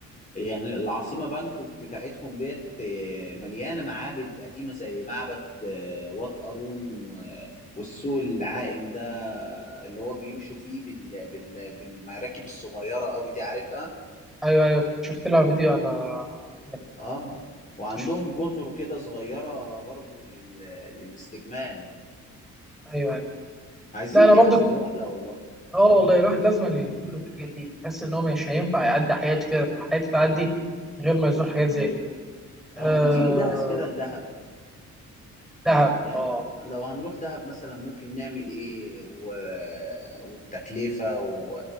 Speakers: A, on the left; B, in the centre.
A: يعني العاصمة بانكوك بتاعتهم ديت آه، مليانة معابد قديمة زي معبد آه، وات ارون و- والسوق العائم ده اللي هو بيمشوا فيه بال... بال... بالمراكب الصغيرة قوي دي عارفها
B: ايوه ايوه كنت شفت لها فيديو على على النت
A: اه وعندهم
B: مش-
A: جزر كده صغيرة برضو لل... للاستجمام
B: ايوه ايوه
A: عايزين
B: لا
A: نجهز
B: انا برضو
A: لرحلة والله
B: اه والله الواحد لازم أن يزور الحاجات دي يحس ان هو مش هينفع يعدي حياته كده حياته تعدي غير ما يزور حاجات زي دي آه
A: اه ما تيجي نجهز كده لدهب
B: دهب
A: يعني
B: اه
A: لا- لو هنروح دهب مثلا ممكن نعمل ايه و... والتكلفة و...